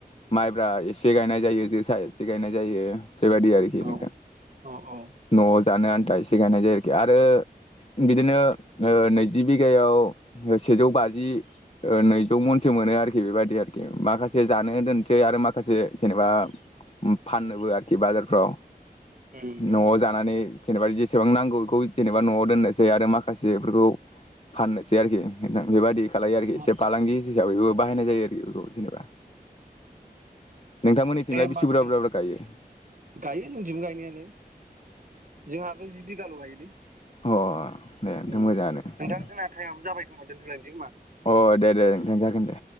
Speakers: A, on the left; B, on the right.
A: माइ जा एसे गायनाय जायो जोसा एसे गायनाय जायो। बेबायदि आरोखि
B: औ
A: नोंथां,
B: औ औ
A: न जानो आन्था इसे गायनाय जायो आरोखि। आरो बिदिनो ओ जि बिघायाव सेजौ बाजि ओ नैजौ मनसो मोनो आरोखि बेबायदि आरोखि। माखासे जानो दोनसै आरो मा माखासे जेनेबा फाननोबो आरोखि बाजारफ्राव
B: उम
A: नआव जानानै। जेनेबा जेसेबां नांगौ बेखौ जेनेबा नआव दोननोसै आरो माखासेफोरखौ। फाननोसै आरोखि नोंथां बेबायदि खालायो आरोखि
B: उम
A: एसे फालांगि हिसाबैबो बाहायनाय जायो आरोखि बेखौ जेनेबा। नोंथांमोननिथिंलाय
B: दे होमबा
A: बेसे बुरजा
B: नों
A: बुरजा बुरजा गायो
B: गायो जोंथिंबो गायनायालाय जोंहाबो जि बिघाल गायोलै
A: अ। दे
B: ओम
A: मोजाङानो
B: नोंथां
A: अ
B: जोंना टाइम आबो जाबाय खोमा दोनथलायनोसै खोमा।
A: अ दे दे नोंथां जागोन दे।